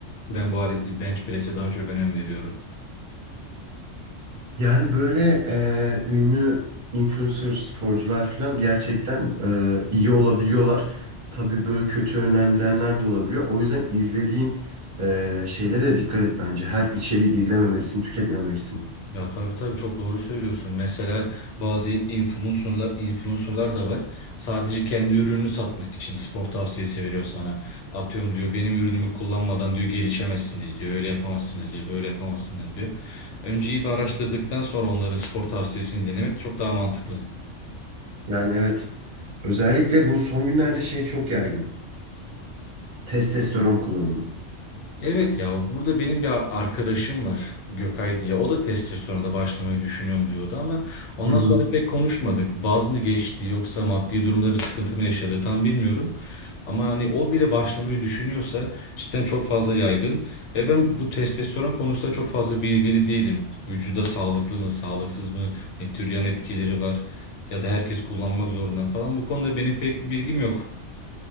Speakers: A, on the left (about 75°); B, on the right (about 45°).
A: ben bu hare- bench press'e daha çok önem veriyorum.
B: Yani böyle e, ünlü influencer sporcular falan gerçekten e, iyi olabiliyorlar. Tabii böyle kötü yönlendirenler de olabiliyor. O yüzden izlediğin e, şeylere de dikkat et bence. Her içeriği izlememelisin, tüketmemelisin.
A: Ya tabii tabii çok doğru söylüyorsun. Mesela bazı influencerlar, influencerlar da var. Sadece kendi ürününü satmak için spor tavsiyesi veriyor sana. Atıyorum diyor benim ürünümü kullanmadan diyor gelişemezsiniz diyor. Öyle yapamazsınız diyor. Böyle yapamazsınız diyor. Önce iyi bir araştırdıktan sonra onların spor tavsiyesini dinlemek çok daha mantıklı.
B: Yani evet. Özellikle bu son günlerde şey çok yaygın. Testosteron kullanımı.
A: Evet ya burada benim bir arkadaşım var Gökay diye. O da testosterona başlamayı düşünüyorum diyordu ama ondan
B: Hı hı.
A: sonra pek konuşmadık. Vaz mı geçti yoksa maddi durumda bir sıkıntı mı yaşadı tam bilmiyorum. Ama hani o bile başlamayı düşünüyorsa cidden çok fazla yaygın. Ve ben bu testosteron konusunda çok fazla bilgili değilim. Vücuda sağlıklı mı sağlıksız mı ne tür yan etkileri var ya da herkes kullanmak zorunda falan. Bu konuda benim pek bir bilgim yok.